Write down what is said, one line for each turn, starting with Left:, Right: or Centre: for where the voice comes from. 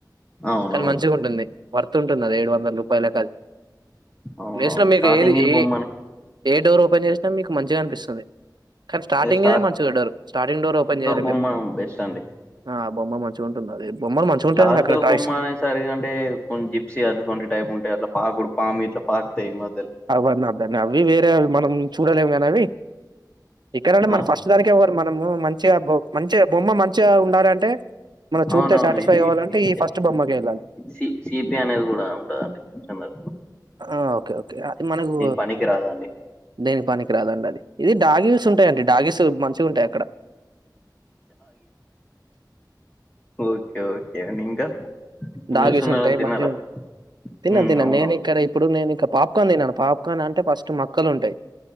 Left: అవునవును
Right: కానీ మంచిగా ఉంటుంది, వర్త్ ఉంటుంది అది ఏడు వందల రూపాయలకది
Left: అవునవును
Right: లేసిన మీకు
Left: స్టార్టింగ్
Right: ఏది
Left: ఇల్
Right: ఏ
Left: బొమ్మని
Right: ఏ డోర్ ఓపెన్ చేసినా మీకు మంచిగా అనిపిస్తుంది కానీ స్టార్టింగె
Left: స్టార్
Right: మంచిగ డోర్ స్టార్టింగ్ డోర్ ఓపెన్ చేయాలి
Left: బొమ్మ
Right: మీరు
Left: బెస్ట్ అండి
Right: ఆ బొమ్మ మంచి చిగా ఉంటది అది బొమ్మలు మంచిగుంటాయండి
Left: లాస్ట్
Right: అక్కడ
Left: డోర్
Right: టాయ్స్.
Left: బొమ్మ అనే సరిగె అంటే కొంచె జిప్సీ అది కొ టైప్ ఉంటాయి అట్లా పాకుడు పాము ఇట్ల పాకుతాయి మ
Right: అవన్ని వద్దండి అవి వేరేవి మనం చూడలేము కానీ అవి ఇక్కడంటే మన
Left: ఆ,
Right: ఫస్ట్ దానికేవ్వరు మనము మంచిగాొ మంచిగా బొమ్మ మంచిగా ఉండాలి అంటే మనం చూస్తే
Left: అవునవును
Right: సాటిస్ఫై
Left: ఇటు
Right: అవ్వాలింటే
Left: ఇటు ఇటు
Right: ఈ
Left: చె-
Right: ఫస్ట్ బొమ్మకె వెళ్ళాలి
Left: సి సిపి అనేది కూడ ఉంటదండి కొంచ
Right: ఆ ఓకె ఓకె అది మనకు
Left: పనికి రాదండి
Right: దేనిక్ పనికి రాదండి అది ఇది డాగీల్స్ ఉంటాయంండి డాగీస్ మంచిగ ఉంటాయి అక్కడ
Left: ఓకే ఓకే అండి ఇంకా ఏం
Right: డాగిల్స్
Left: చేస్తున్నారని
Right: ఉంటాయి
Left: తిన్నారా
Right: మంచిగ ఉంట తిన్నాను
Left: అవునవును
Right: తిన్నాను నేను ఇక్కడ ఇప్పుడు నేను ఇక్క పాప్కాన్ తిన్నాను పాప్కాన్ అంటే ఫస్ట్ మొక్కలు ఉంటయి